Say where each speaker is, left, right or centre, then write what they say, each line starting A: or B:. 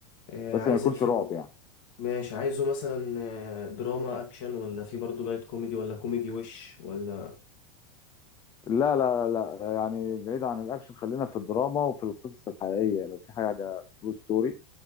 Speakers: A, on the left; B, on the left.
A: آه،
B: بس
A: عايز
B: ما يكونش
A: الفيلم
B: رعب يعني
A: ماشي عايزه مثلا آه، دراما أكشن ولا في برضه لايت كوميدي ولا كوميدي وش ولا
B: لا لا لا يعني بعيد عن الاكشن خلينا في الدراما وفي القصص الحقيقيه لو في حاجه ترو ستوري